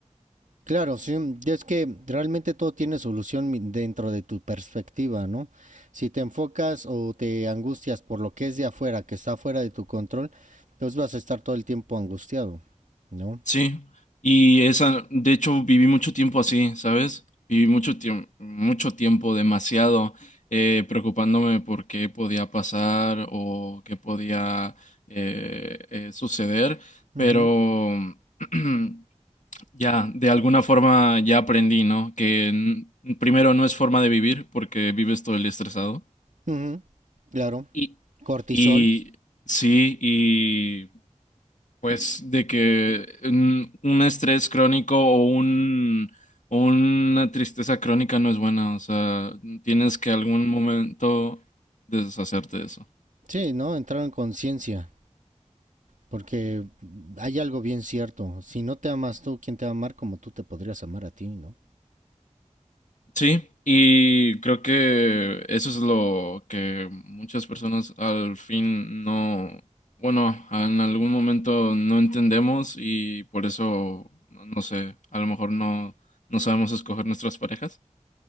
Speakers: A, on the right (about 85°); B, on the left (about 75°).
A: Claro, sí, y es que realmente todo tiene solución mi- dentro de tu perspectiva, ¿no? Si te enfocas o te angustias por lo que es de afuera, que está fuera de tu control, pues vas a estar todo el tiempo angustiado, ¿no?
B: Sí, y esa, de hecho, viví mucho tiempo así, ¿sabes? Viví mucho tiempo, mucho tiempo, demasiado, eh, preocupándome por qué podía pasar o qué podía eh, eh, suceder,
A: Ujú,
B: pero <clears throat> ya, de alguna forma ya aprendí, ¿no? Que n- primero no es forma de vivir porque vives todo el día estresado.
A: ujú, claro,
B: Y,
A: cortisol,
B: y sí, pues de que un, un estrés crónico o un, o una tristeza crónica no es buena, o sea, tienes que algún momento deshacerte de eso.
A: sí, ¿no? Entrar en conciencia, porque hay algo bien cierto, si no te amas tú, ¿quién te va a amar como tú te podrías amar a ti, ¿no?
B: Sí, y creo que eso es lo que muchas personas al fin no, bueno, en algún momento no entendemos y por eso, no, no sé, a lo mejor no, no sabemos escoger nuestras parejas.